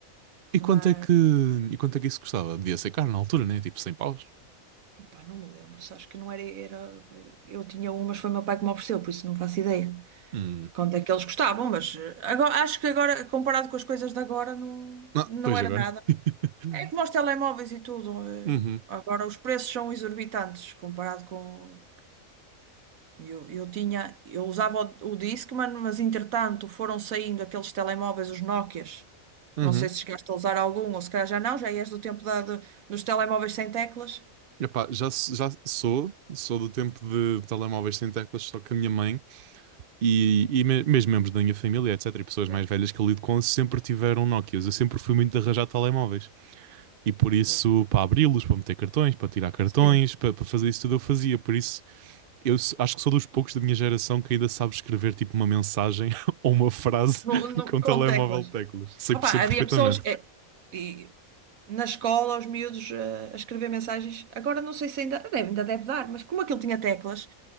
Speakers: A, on the right; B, on the right.
A: e
B: Mas,
A: quanto é que, e quanto é que isso custava? Devia ser caro na altura, né? Tipo 100 paus.
B: opa, não me lembro, só acho que não era, era, eu tinha um, mas foi meu pai que me ofereceu, por isso não faço ideia
A: Hum.
B: quanto é que eles gostavam, mas eh, agora, acho que agora, comparado com as coisas de agora, não,
A: Ah,
B: não
A: pois
B: era
A: agora.
B: nada.
A: <laughs>
B: É como os telemóveis e tudo, eh,
A: Uhum,
B: agora os preços são exorbitantes comparado com Eu, eu tinha, eu usava o, o Discman, mas entretanto foram saindo aqueles telemóveis, os Nokias.
A: uhum.
B: Não sei se chegaste a usar algum, ou se calhar já não, já és do tempo da, do- dos telemóveis sem teclas.
A: Epá, já, s- já sou, sou do tempo de telemóveis sem teclas, só que a minha mãe E, e me- mesmo membros da minha família, etc., e pessoas
B: Sim.
A: mais velhas que eu lido com, sempre tiveram Nokias. Eu sempre fui muito de arranjar telemóveis. E por isso,
B: Boa.
A: para abri-los, para meter cartões, para tirar cartões,
B: Sim,
A: para, para fazer isso tudo, eu fazia. Por isso, eu s- acho que sou dos poucos da minha geração que ainda sabe escrever tipo uma mensagem <laughs> ou uma frase
B: no,
A: <laughs>
B: no-
A: com
B: com
A: telemóvel
B: teclas.
A: de teclas. Sei,
B: Opa,
A: sei perfeitamente.
B: havia pessoas eh, e, na escola, os miúdos eh, a escrever mensagens. Agora não sei se ainda deve, ainda deve dar, mas como aquilo tinha teclas,